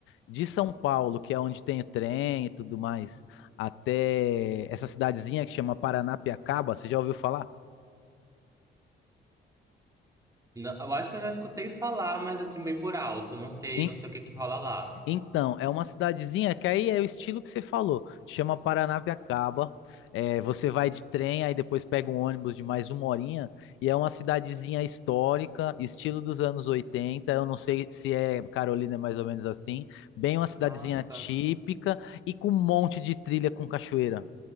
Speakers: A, on the left; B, on the right.
A: De São Paulo, que é onde tem o trem e tudo mais, até essa cidadezinha que chama Paranapiacaba, você já ouviu falar?
B: Não, eu acho que eu já escutei falar, mas assim bem por alto, não sei,
A: In-
B: não sei o que que rola lá.
A: Então, é uma cidadezinha que aí é o estilo que você falou, chama Paranapiacaba. É, você vai de trem, aí depois pega um ônibus de mais uma horinha, e é uma cidadezinha histórica, estilo dos anos 80. Eu não sei se é Carolina, é mais ou menos assim. Bem, uma cidadezinha
B: Nossa.
A: típica e com um monte de trilha com cachoeira.